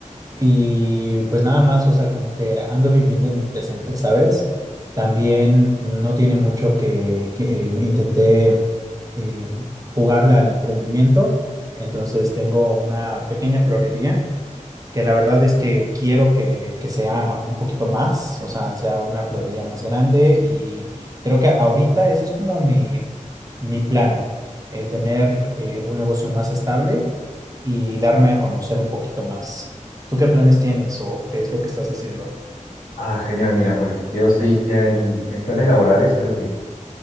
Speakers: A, on the right (about 25°); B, on the left (about 90°).
A: y pues nada más, o sea, como que ando viviendo en mi presente, ¿sabes? También no tiene mucho que, que, eh, intenté em, jugarle al emprendimiento, entonces tengo una pequeña florería que la verdad es que quiero que, que sea un poquito más, o sea, sea una florería más grande y creo que ahorita ese es como mi, mi plan, el tener eh, un negocio más estable y darme a conocer un poquito más. ¿Tú qué planes tienes o qué es lo que estás haciendo?
B: Ah, genial, mira, pues yo estoy ya en, en planes laborales, creo que